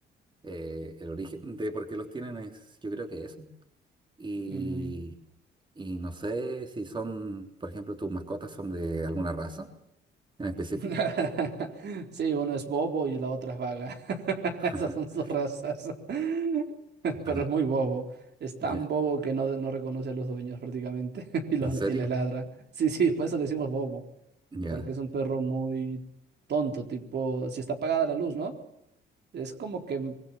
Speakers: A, on the right; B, on the right.
A: eh, el origen de por qué los tienen es, yo creo que eso. Y,
B: mm.
A: y no sé si son, por ejemplo, tus mascotas son de alguna raza en específico.
B: <laughs> Sí, uno es bobo y la otra es vaga.
A: <laughs>
B: <laughs> Esas son sus razas. <laughs> <laughs>
A: Ajá,
B: pero es muy bobo. Es tan
A: ya,
B: bobo que no, no reconoce a los dueños prácticamente <laughs> y, los,
A: ¿En serio?
B: y les ladra. Sí, sí, por eso le decimos bobo,
A: Ya.
B: porque es un perro muy tonto, tipo, si está apagada la luz, ¿no? Es como que,